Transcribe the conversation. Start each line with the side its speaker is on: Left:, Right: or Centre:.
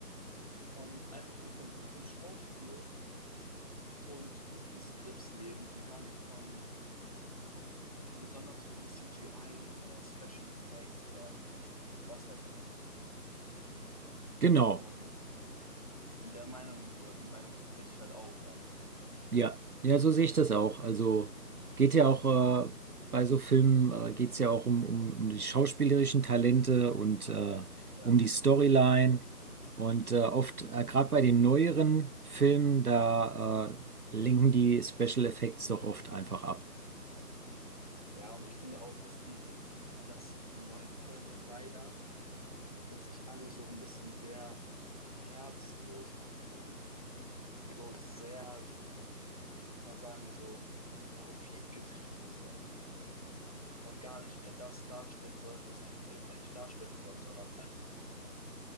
Left: von einfach nur von gutem Schauspiel und guten Skripts leben und gar nicht von besonders viel CGI oder Special Effects oder was weiß ich.
Right: Genau.
Left: Und Und der Meinung oder die Meinung vertrete ich halt auch dann.
Right: Ja, ja, so sehe ich das auch. Also geht ja auch äh, bei so Filmen, äh, geht es ja auch um, um, um die schauspielerischen Talente und äh,
Left: Ja.
Right: um die Storyline. Und äh, oft, äh, gerade bei den neueren Filmen, da äh, linken die Special Effects doch oft einfach ab.
Left: Ja, und ich finde auch, dass die, dass die neuen Filme leider sich alle so ein bisschen sehr herzlos anfühlen und so sehr, ich würde mal sagen, so profitgetrieben sind und gar nicht mehr das darstellen sollen, was ein Film eigentlich darstellen soll, sondern einfach immer nur